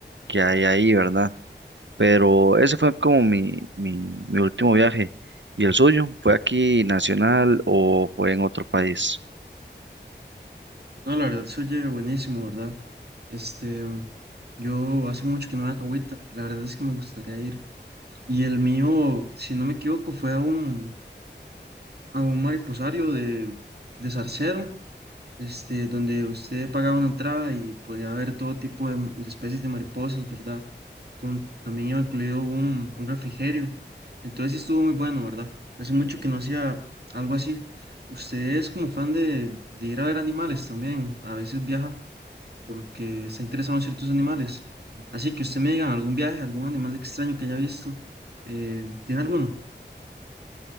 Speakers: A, on the right; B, on the right.
A: que hay ahí, ¿verdad? Pero ese fue como mi, mi, mi último viaje. ¿Y el suyo? ¿Fue aquí nacional o fue en otro país?
B: No, la verdad se oye buenísimo, ¿verdad? Este, mm, yo hace mucho que no voy a Cahuita, la verdad es que me gustaría ir. Y el mío, si no me equivoco, fue a un, a un mariposario de, de Zarcero, este, donde usted pagaba una entrada y podía ver todo tipo de, m- de especies de mariposas, ¿verdad? Con, también iba incluido un, un refrigerio. Entonces sí estuvo muy bueno, ¿verdad? Hace mucho que no hacía algo así. Usted es como fan de, de ir a ver animales también. A veces viaja porque está interesado en ciertos animales. Así que usted me diga algún viaje, algún animal extraño que haya visto. eh, ¿tiene alguno?